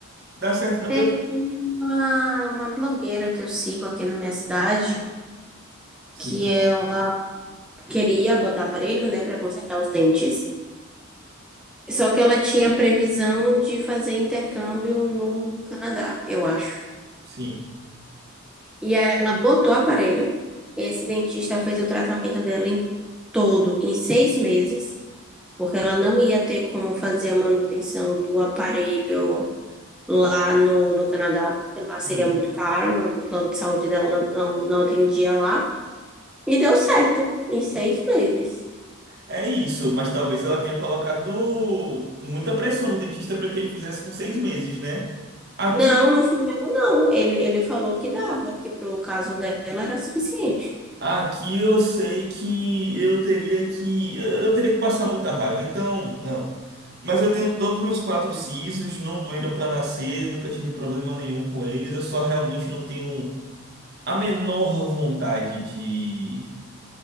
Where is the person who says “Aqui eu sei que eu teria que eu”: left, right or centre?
Right